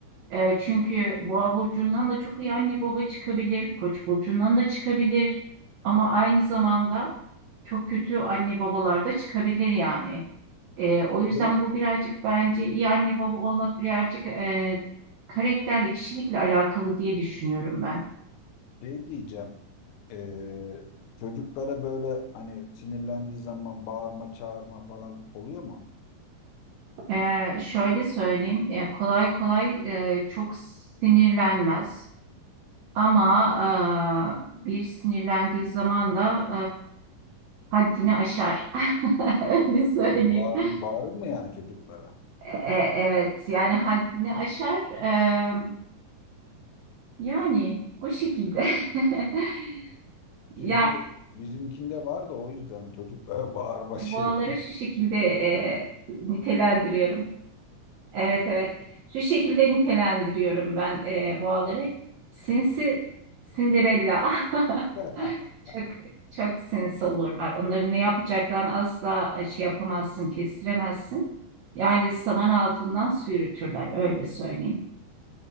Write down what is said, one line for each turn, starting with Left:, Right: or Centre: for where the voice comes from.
Right: E, çünkü Boğa burcundan da çok iyi anne baba çıkabilir, Koç burcundan da çıkabilir ama aynı zamanda çok kötü anne babalar da çıkabilir yani. E, o yüzden
Left: Böyle
Right: bu birazcık bence iyi anne baba olmak birazcık e, karakterle, kişilikle alakalı diye düşünüyorum ben.
Left: şey diyeceğim. Ee, çocuklara böyle hani sinirlendiği zaman bağırma, çağırma falan oluyor mu?
Right: E, şöyle söyleyeyim, e, kolay kolay e, çok sinirlenmez ama e, bir sinirlendiği zaman da haddini aşar. <laughs> Öyle söyleyeyim.
Left: Yani bağır, bağırır mı yani çocuklara?
Right: E, evet yani haddini aşar. E, yani o şekilde. <laughs>
Left: Çünkü
Right: Yani
Left: bizimkinde var da o yüzden çocuklara bağırma şey.
Right: boğaları şu şekilde e, nitelendiriyorum. Evet evet. Şu şekilde nitelendiriyorum ben e, boğaları. Sinsi Cinderella.
Left: <laughs>
Right: <laughs> Çok çok sinsi olurlar. Onların ne yapacaklarını asla e, şey yapamazsın, kestiremezsin. Yani saman altından sürütürler öyle söyleyeyim.